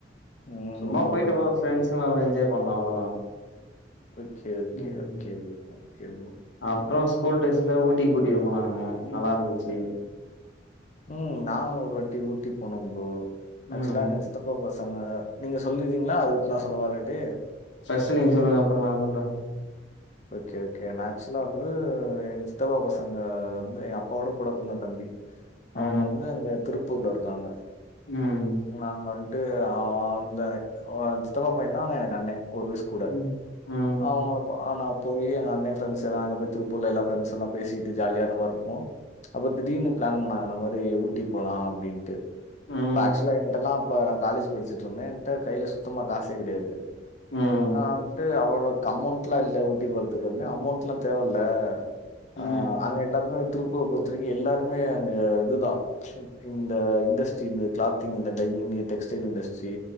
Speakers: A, on the left; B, on the left.
A: ம், ம்,
B: சும்மா போய்ட்டு போ
A: ம்.
B: ஃப்ரென்செல்லா ஒரே என்ஜாய் பண்லா அவ்ளோதா
A: ஓகே ஓகே
B: ம்
A: ஓகே ப்ரோ ஓகே ப்ரோ
B: அப்றோ ஸ்கூல் டேஸ்ல ஊட்டிக்கு கூட்டிட்டு போனாங்க நல்லா இருந்துச்சு
A: ம் நானு ஒரு வாட்டி ஊட்டி போன ப்ரோ
B: ம்
A: ஆக்சுலா எங்க சித்தப்பா ப சங்க நீங்க சொல்லிரீங்களா அதுக்கு அடுத் நா சொல்லவா இல்லாட்டி
B: ஃபஸ்ட்டு நீங்க சொல்லுங்க அப்றோ நா சொல்ற
A: ஓகே ஓகே நா ஆக்சுவலா வந்து எங் சித்தப்பா பசங்க வந்து எங்க அப்பாவோட கூட பொறந்த தம்பி அவுங்க
B: ம்
A: வந்து அங்க திருப்பூர்ல இருக்காங்க
B: ம்
A: நாங்க வந்துட்டு அ அந்த ஒ சித்தப்பா பையன் தா ஆனா எனக்கு அண்ண ஒரு வயசு கூட
B: ம் ம்
A: அவுங்களப் ஆ நா போயி எங்க அண்ண ஃப்ரண்ட்செல்லா அங்க போய் திருப்பூர்ல எல்லா ஃப்ரெண்ட்செல்லா பேசிட்டு ஜாலியா அந்த மாரி இருப்போ அப்ப திடீர்னு பிளான் பண்ணாங்க அந்த மாரி ஊட்டி போலா அப்டின்ட்டு
B: ம்
A: இப்ப ஆக்சுவலா என்ட்டலா அப்ப நா காலேஜ் படிச்சிட்டு இருந்தே என்ட்ட கைல சுத்தமா காசே கெடையாது
B: ம்
A: நா வன்ட்டு அவ ப்ரோ கமௌண்ட்லா இல்ல ஊட்டி போறதுக்கு அப்டினே அமௌண்ட்லா தேவ இல்ல
B: ம்
A: ஆ அங்க எல்லாருமே திருப்பூர பொறுத்த வரைக்கு எல்லாருமே அங்க இதுதா இந்த இண்டஸ்ட்ரி இந்த கிளாத்திங் இந்த டையினிங்கு டெக்ஸ்டைல் இண்டஸ்ட்ரி